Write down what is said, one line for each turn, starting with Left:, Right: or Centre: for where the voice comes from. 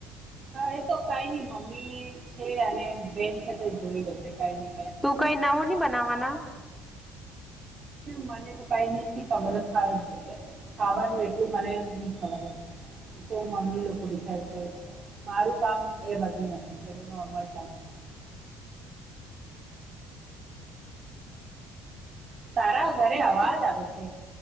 Right: હા એ તો કઈ નઈ મમ્મી છે અને બેન છે તો જોઈ લેશે કઈ નઈ
Centre: તું કઈ નાવો ન બનાવાના
Right: મને તો કઈ નથી ખબર જ ખ છે ખાવાનું એટલું મને નહ ખબર છે એ તો મમ્મી લોકો ડિસાઈડ કરે છે મારું કામ એ બધું નથી છે એ નોર્મલ કામ છે તારા ઘરે અવાજ આવે છે